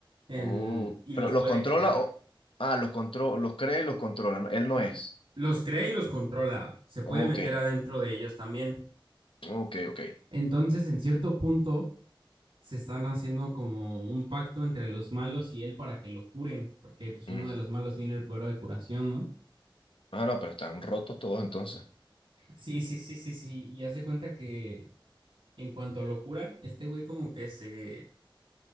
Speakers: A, on the right (about 85°); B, on the left (about 80°).
A: en...
B: Oh,
A: y
B: pero
A: los
B: los
A: puede
B: controla
A: crear.
B: o... Ah, los controla, los crea y los controla. no- Él no
A: L-
B: es.
A: Los crea y los controla. Se puede
B: Ok,
A: meter adentro de ellos también.
B: ok, ok.
A: Entonces, en cierto punto, se están haciendo como un pacto entre los malos y él para que lo curen, porque pues
B: Mm.
A: uno de los malos tiene el poder de curación, ¿no?
B: Ah, no, pero están rotos todos entonces.
A: Sí, sí, sí, sí, sí. Y haz de cuenta que en cuanto lo curan, este güey como que se